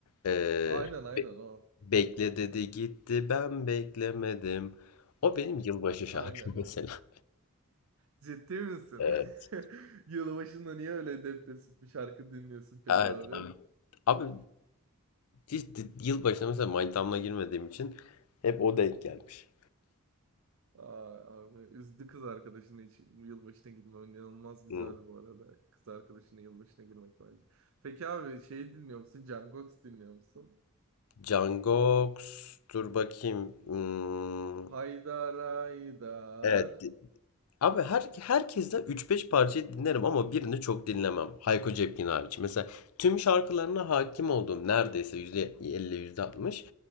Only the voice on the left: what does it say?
Ee,
be-
bekle dedi gitti ben beklemedim. O benim yılbaşı şarkım
<laughs> mesela.
Evet,
evet,
evet. Abi hiç di- yılbaşına mesela manitamla girmediğim için hep o denk gelmiş.
Hmm.
Cangoks dur bakayım. Hmm,
evet Abi her, herkesten üç beş parçayı dinlerim ama birini çok dinlemem. Hayko Cepkin hariç. Mesela tüm şarkılarına hakim olduğum neredeyse %50 %60